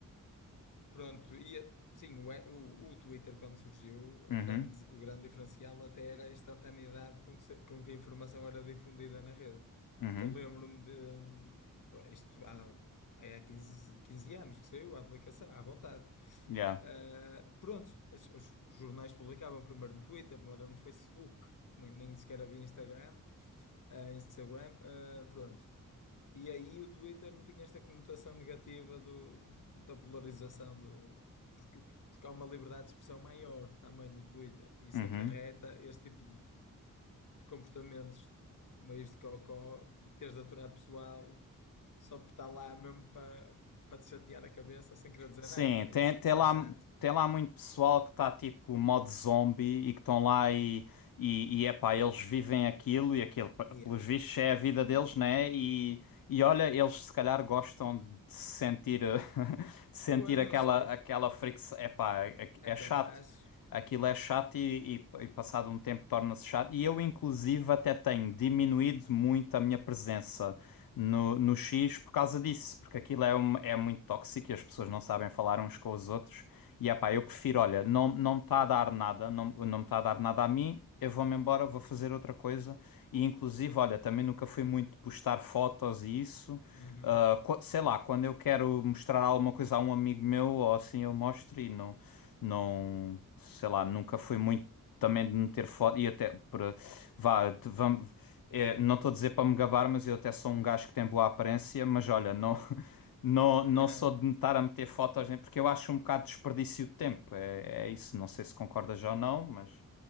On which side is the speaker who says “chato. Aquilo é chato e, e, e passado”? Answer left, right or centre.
Left